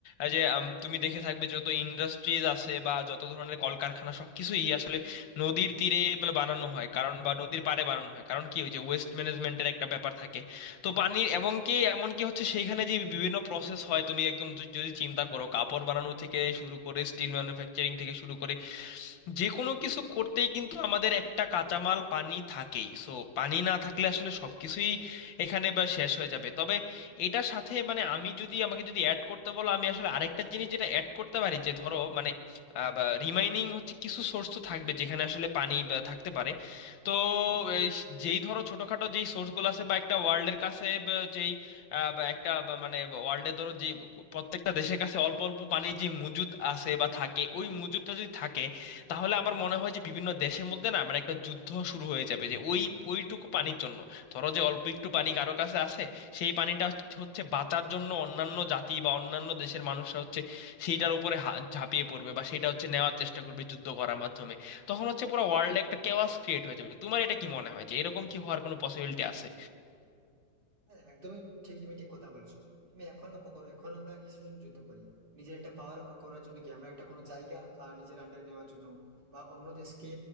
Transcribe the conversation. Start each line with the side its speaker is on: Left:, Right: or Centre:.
Left: এই যে আম, তুমি দেখে থাকবে যত ইন্ডাস্ট্রিজ আছে বা যত ধরনের কলকারখানা সবকিছুই আসলে নদীর
Right: হ্যাঁ
Left: তীরে বা বানানো হয় কারণ বা নদীর পাড়ে বানানো হয় কারণ কি ওই যে ওয়েস্ট ম্যানেজমেন্টের একটা ব্যাপার থাকে তো পানির এবং কি এমনকি হচ্ছে সেইখানে যে বিভিন্ন প্রসেস হয় তুমি একদম যদি যদি চিন্তা করো কাপড় বানানো থেকে শুরু করে স্টিল ম্যানুফ্যাকচারিং থেকে শুরু করে যে কোনো কিছু করতেই কিন্তু আমাদের একটা কাঁচামাল পানি থাকেই সো পানি না থাকলে আসলে সবকিছুই এখানে বা শেষ হয়ে যাবে তবে এটার সাথে মানে আমি যদি আমাকে যদি অ্যাড করতে বলো আমি আসলে আরেকটা জিনিস যেটা অ্যাড করতে পারি যে ধরো মানে রিমাইনিং হচ্ছে কিছু সোর্স তো থাকবে যেখানে আসলে পানি বা থাকতে পারে তো এই স- যেই ধরো ছোটখাটো যেই সোর্সগুলো আছে বা একটা ওয়ার্ল্ডের কাছে বা যেই আহ, বা একটা বা মানে ওয়ার্ল্ডের ধরো যে প্রত্যেকটা দেশের কাছে অল্প অল্প পানি যে মজুদ আছে বা থাকে ওই মজুদটা যদি থাকে তাহলে আমার মনে হয় যে বিভিন্ন দেশের মধ্যে না মানে একটা যুদ্ধ শুরু হয়ে যাবে যে ওই ওইটুকু পানির জন্য ধরো যে অল্প একটু পানি কারো কাছে আছে সেই পানিটা হচ্ছে হচ্ছে বাঁচার জন্য অন্যান্য জাতি বা অন্যান্য দেশের মানুষরা হচ্ছে সেইটার উপরে হা- ঝাঁপিয়ে পড়বে বা সেটা হচ্ছে নেওয়ার চেষ্টা করবে যুদ্ধ করার মাধ্যমে তখন হচ্ছে পুরো ওয়ার্ল্ডে একটা কেওয়াস ক্রিয়েট হয়ে যাবে তোমার এটা কি মনে হয় যে এরকম কি হওয়ার কোনো পসিবিলিটি আছে
Right: হ্যাঁ একদমই ঠিক তুমি ঠিক কথা বলেছো তুমি এখন লক্ষ্য করো এখন আমরা কিছুর জন্য যুদ্ধ করি নিজের একটা পাওয়ার করার জন্য কি আমরা একটা কোনো জায়গা আহ, নিজের আন্ডারে নেওয়ার জন্য বা অন্য দেশকে